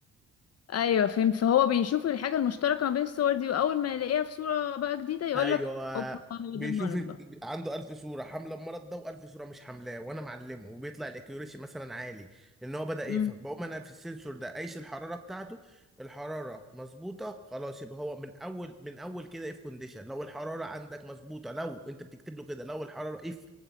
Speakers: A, on the left; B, in the centre.
A: ايوه فهمت فهو بيشوف الحاجه المشتركه ما بين الصور دي واول ما يلاقيها في صوره بقى جديده يقول
B: ايوه
A: لك اوبا هو
B: بيشوف
A: ده المرض بقى
B: عنده ألف صورة حاملة المرض ده وألف صورة مش حاملاه وأنا معلمه وبيطلع الأكيوريشي مثلا عالي لأن هو بدأ يفهم
A: امم
B: بقوم أنا في السنسور ده قايس الحرارة بتاعته الحرارة مظبوطة خلاص يبقى هو من أول من أول كده إف كونديشن لو الحرارة عندك مظبوطة لو أنت بتكتب له كده لو الحرارة إف